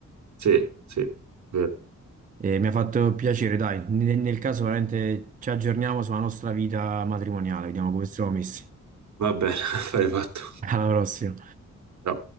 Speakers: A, on the right; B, on the right.
A: Sì, sì, vero.
B: E mi ha fatto piacere, dai. Nel, nel caso veramente ci aggiorniamo sulla nostra vita matrimoniale, vediamo come siamo messi.
A: Va bene, <laughs> affare fatto.
B: <laughs> Alla prossima.
A: Ciao.